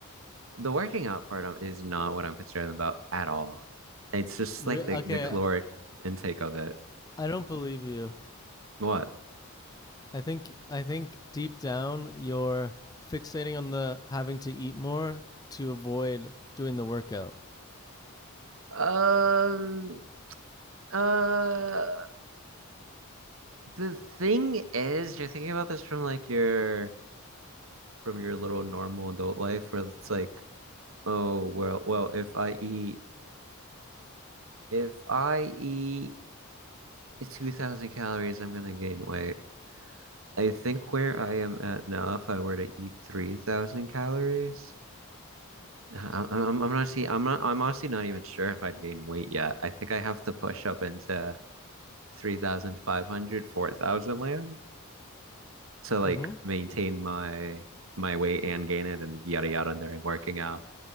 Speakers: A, on the right; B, on the left.
A: the working out part um, is not what I'm concerned about at all. It's just
B: <laughs>
A: like the,
B: okay,
A: the Okay. caloric intake of it.
B: I don't believe you.
A: What?
B: I think I think deep down you're fixating on the having to eat more to avoid doing the workout.
A: Um, uh, the thing is, you're thinking about this from like your from your little normal adult life where it's like, oh well, well, if I eat if I eat 2000 calories, I'm gonna gain weight. I think where I am at now, if I were to eat 3,000 calories, I- I'm, I'm, I'm honestly, I'm not, I'm honestly not even sure if I'd gain weight yet. I think I have to push up into 3,500, 4,000 land to like
B: Mm-hmm.
A: maintain my, my weight and gain it and yada yada during working out.